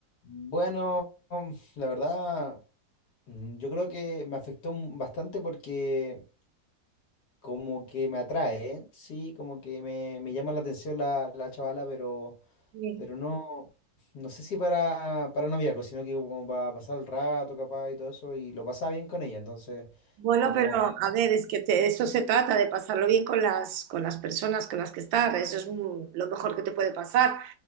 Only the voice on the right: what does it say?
Sí.
Bueno,
pero
a ver, es que te- de eso se trata, de pasarlo bien con las, con las personas con las que estás, eso es mu- lo mejor que te puede pasar,